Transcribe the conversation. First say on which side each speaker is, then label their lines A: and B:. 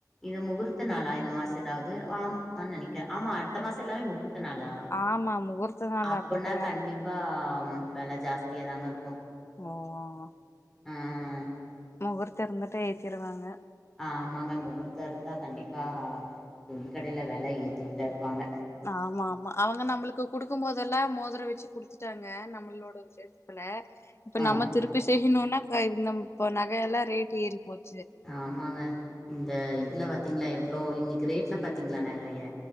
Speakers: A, in the centre; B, on the left.
A: இது முகூர்த்த நாளா இந்த மாசம் எதாவது ஆம் ப்பான்னு நெனைக்கிற ஆமா இந்த மாச எல்லாமே முகூர் த்து நாளா
B: ஆமா முகூர்த்த நாள்
A: அப்பன்னா
B: அப்ப கல்யாணத்துக்கு
A: கண்டிப்பா வெல ஜாஸ்தியா தாங்க இருக்கும்
B: ம் ம்
A: <inaudible>
B: முகூர்த்தயிருந்துட்ட ஏத்திடுவாங்க
A: ஆமாங்க முகூர்த்தம் இருந்தா கண்டிப்பா துணிக்கடயில வில ஏத்திட்டு தான் இருப்பாங்க
B: ஆமா ஆமா அவங்க நம்மளுக்கு குடுக்கும் போதெல்லாம் மோதரம் வச்சு குடுத்துட்டாங்க நம்மளோட விஷேஷத்துல இப்ப
A: ஆ
B: நம்ம திருப்பி செய் இன்னொன்னா ப்ப இந்த நகையெல்லாம் ரேட் ஏறி போது
A: ஆமாங்க இந்த இதுல பாத்தீங்களா ஹலோ இன்னைக்கு ரேட்டில பாத்தீங்களா நகைய